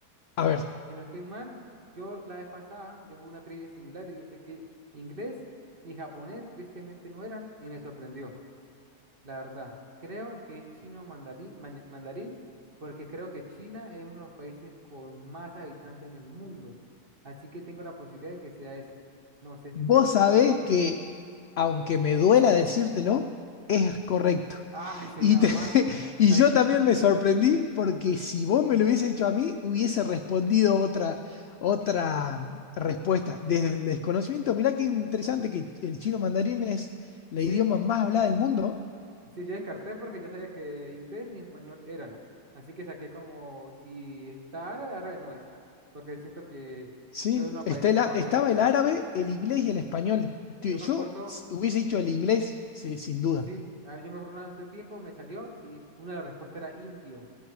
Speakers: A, on the left (about 75°); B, on the right (about 40°).
A: A ver,
B: Si no estoy mal, yo la vez pasada, yo jugué una trivia similar y yo sé que inglés ni japonés tristemente no eran y me sorprendió, la verdad. Creo que es chino mandalí- maña- mandarín, porque creo que China es uno de los países con más habitantes en el mundo. Así que tengo la posibilidad de que sea ese. No sé
A: Vos
B: si estoy incorrecto.
A: sabés que, aunque me duela decírtelo, es correcto.
B: ¡Ay, soy
A: Y,
B: una
A: te-
B: máquina!
A: <laughs> y
B: Sabina.
A: yo también me sorprendí porque si vos me lo hubiese hecho a mí, hubiese respondido otra, otra respuesta. Desde el desconocimiento, mirá qué interesante que el chino mandarín es la
B: Sí.
A: idioma más hablada del mundo.
B: Sí, yo descarté porque yo sabía que inglés ni español eran. Así que saqué como si está árabe, árabe no es. Porque siento que
A: Sí,
B: no es de unos
A: está
B: países
A: el
B: con
A: a-
B: más
A: estaba
B: población.
A: el árabe, el inglés y el español. Te-
B: Yo me
A: Yo
B: acuerdo,
A: s- hubiese dicho el inglés, sí, sin duda.
B: sí, a mí yo me acuerdo una vez hace tiempo, me salió y una de las respuestas era indio.